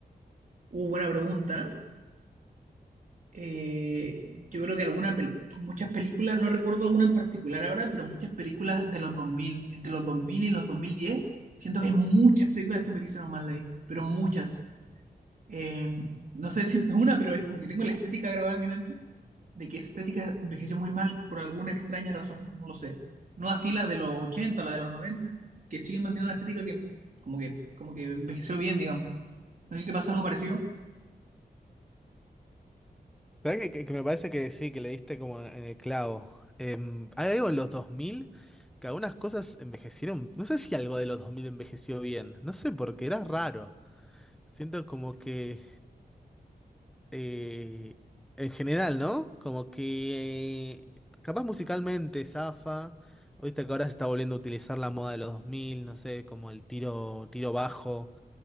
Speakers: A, on the right; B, in the centre.
A: Uh, buena pregunta. eh, yo creo que alguna pel- muchas películas, no recuerdo alguna en particular ahora, pero muchas películas de los dos mil entre los 2000 y los dos mil diez siento que hay muchas películas que envejecieron mal de ahí, pero muchas. Eh, no sé decirte una, pero es como que tengo la estética grabada en mi mente de que esa estética envejeció muy mal por alguna extraña razón, no lo sé. No así la de los ochenta la de los noventa que siguen manteniendo una estética que como que, como que envejeció bien, digamos. No sé si te pasa algo parecido.
B: ¿Sabes que, que- que me parece que sí, que le diste como en el clavo? Em, hay algo en los 2000 que algunas cosas envejecieron. No sé si algo de los 2000 envejeció bien, no sé porque era raro. Siento como que eh, en general, ¿no? Como que eh, capaz musicalmente zafa. Viste que ahora se está volviendo a utilizar la moda de los 2000, no sé, como el tiro, tiro bajo.